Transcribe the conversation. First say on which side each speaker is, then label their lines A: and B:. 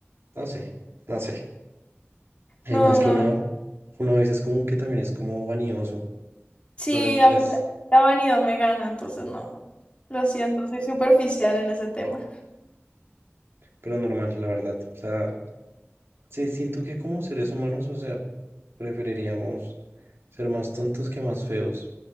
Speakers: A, on the right; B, on the left.
A: no sé, no sé. Además
B: No,
A: que
B: no.
A: uno, uno a veces como que también es como vanidoso.
B: Sí,
A: Entonces,
B: a
A: pues,
B: mí la, la vanidad me gana, entonces no. Lo siento, soy superficial en ese tema.
A: pero normal, la verdad. O sea, sí, siento que como seres humanos, o sea, preferiríamos ser más tontos que más feos.